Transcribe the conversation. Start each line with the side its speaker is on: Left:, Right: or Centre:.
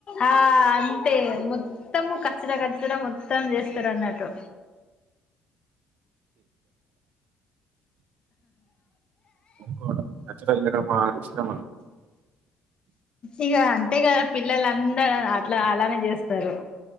Left: ఆ అంతే మొత్తం కచ్చర కచ్చర మొత్తం చెస్ చిరన్నటు
Right: హ్మ్ నచ్చ ఏమా శ్రమ
Left: ఇగ అంతే గా పిల్లలు అందరు అట్లా అలానే చేస్తారు